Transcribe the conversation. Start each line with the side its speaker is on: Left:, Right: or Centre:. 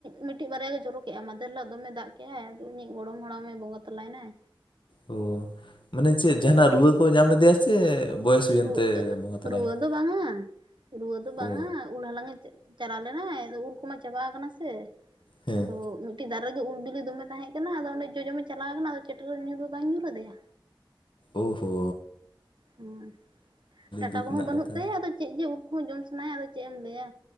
Right: ᱢᱤᱫᱴᱤᱡ ᱵᱟᱨᱭᱟ ᱜᱮ ᱡᱚᱨᱚ ᱠᱮᱜᱼᱟ ᱢᱟᱫᱮᱨ ᱦᱤᱞᱳᱜ ᱫᱚᱢᱮ ᱫᱟᱜ ᱠᱮᱫ ᱠᱟᱭ ᱟᱫᱚ ᱤᱧᱤᱡ ᱜᱚᱲᱚᱢ ᱦᱟᱲᱟᱢᱮ ᱵᱚᱸᱜᱟ ᱛᱟᱞᱟᱭᱱᱟᱭ
Left: ᱚ ᱢᱟᱱᱮ ᱪᱮᱫ ᱡᱟᱦᱟᱱᱟᱜ ᱨᱩᱣᱟᱹ ᱠᱚ ᱧᱟᱢ ᱞᱮᱫᱮᱭᱟ ᱥᱮ ᱵᱚᱭᱮᱥ ᱦᱩᱭᱮᱱ
Right: ᱨᱩᱟᱹ
Left: ᱛᱮ ᱵᱚᱸᱜᱟ ᱛᱟᱞᱟᱭᱮᱱᱟᱭ
Right: ᱨᱩᱣᱟᱹ ᱫᱚ ᱵᱟᱝᱟ ᱨᱩᱣᱟᱹ ᱫᱚ ᱵᱟᱝᱟ
Left: ᱚ
Right: ᱩᱞ ᱦᱟᱞᱟᱝ ᱮ ᱪᱟᱞᱟᱣ ᱞᱮᱱᱟᱭ ᱟᱫᱚ ᱩᱞ ᱠᱚᱢᱟ ᱪᱟᱵᱟ ᱠᱟᱱᱟ ᱥᱮ
Left: ᱦᱮᱸ
Right: ᱟᱫᱚ ᱫᱟᱨᱮ ᱨᱮᱜᱮ ᱩᱞ ᱵᱤᱞᱤ ᱫᱚᱢᱮ ᱛᱟᱦᱮᱸ ᱠᱟᱱᱟ ᱟᱫᱚ ᱚᱸᱰᱮ ᱡᱚᱡᱚᱢᱮ ᱪᱟᱞᱟᱣ ᱠᱟᱱᱟ ᱟᱫᱚ ᱪᱮᱴᱮᱨ ᱧᱩᱨᱩ ᱵᱟᱝ ᱧᱩᱨᱩ ᱟᱫᱮᱭᱟ
Left: ᱳᱦᱳᱻ
Right: ᱦᱮᱸ ᱰᱟᱴᱟ
Left: ᱫᱩᱠ
Right: ᱠᱚᱦᱚᱸ
Left: ᱨᱮᱱᱟᱜ
Right: ᱵᱟᱹᱱᱩᱜ
Left: ᱠᱟᱛᱷᱟ
Right: ᱛᱟᱭᱟ ᱟᱫᱚ ᱪᱮᱫ ᱡᱮ ᱩᱞ ᱠᱚᱦᱚᱸ ᱡᱚᱢ ᱥᱟᱱᱟᱭᱟ ᱟᱫᱚ ᱪᱮᱫ ᱮᱢ ᱞᱟᱹᱭᱟ